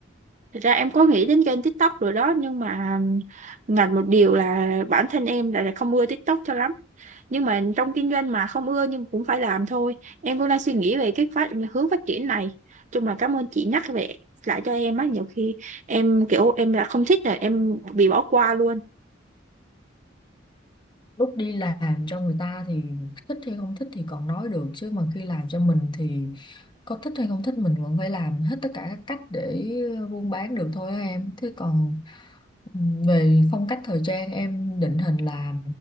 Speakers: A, on the right (about 40°); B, on the left (about 25°).
A: thật ra em có nghĩ đến kênh TikTok rồi đó nhưng mà ngặt một điều là bản thân em lại là không ưa TikTok cho lắm nhưng mà trong kinh doanh mà không ưa nhưng cũng phải làm thôi em cũng đang suy nghĩ về cái phát hướng phát triển này chung là cảm ơn chị nhắc về lại cho em á nhiều khi em kiểu em là không thích là em bị bỏ qua luôn
B: lúc đi làm cho người ta thì thích hay không thích thì còn nói được chứ mà khi làm cho mình thì có thích hay không thích mình vẫn phải làm hết tất cả các cách để buôn bán được thôi á em thế còn ừm, về phong cách thời trang em định hình là